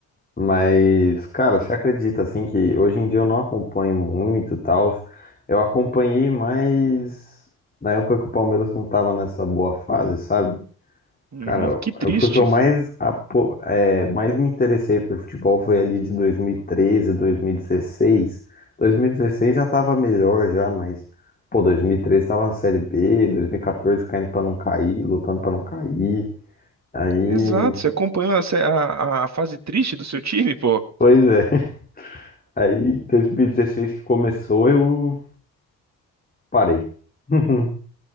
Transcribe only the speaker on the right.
Uhum,
que triste.
Exato, você acompanhou a, a a fase triste do seu time, pô.